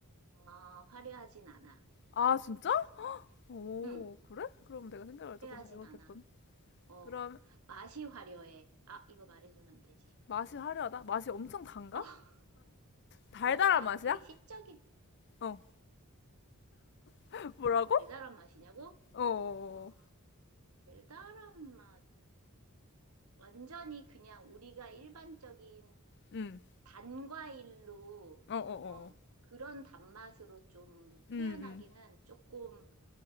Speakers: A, on the right; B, on the left.
A: 아, 화려하진 않아.
B: 아, 진짜? 오,
A: 응,
B: 그래? 그럼 내가 생각을 조금
A: 화려하진
B: 잘못했군.
A: 않아. 어,
B: 그럼
A: 맛이 화려해. 아, 이거 말해주면 되지.
B: 맛이 화려하다? 맛이 엄청 단가?
A: <laughs>
B: 달달한
A: 어, 나
B: 맛이야?
A: 되게 시적인
B: 어, <laughs> 뭐라고?
A: 달달한 맛이냐고?
B: 어, 어,
A: 어,
B: 어.
A: 달달한 맛. 완전히 그냥 우리가 일반적인
B: 음,
A: 단과일로,
B: 어, 어, 어,
A: 어,
B: 어.
A: 그런 단맛으로 좀
B: 음,
A: 표현하기는
B: 음.
A: 조금,